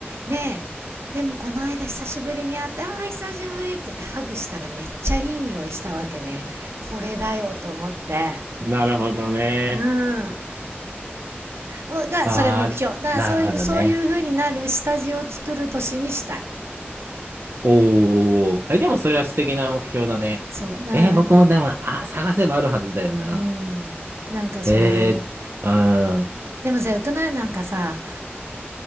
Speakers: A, on the right; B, on the right.
A: ででもこの間久しぶりに会って「ああ久しぶり」って言ってハグしたらめっちゃいい匂いしたわけねこれだよと思って
B: なるほどね。
A: うんがそれ目標だからそういうそういう風になる下地を作る年にしたい
B: ああ、なるほどね。おお。え、でもそれは素敵な目標だね。
A: そうだから
B: えー僕もでも、あ、探せばあるはずだよな。
A: うんなんかその
B: えー、うん。
A: でもさよくないなんかさ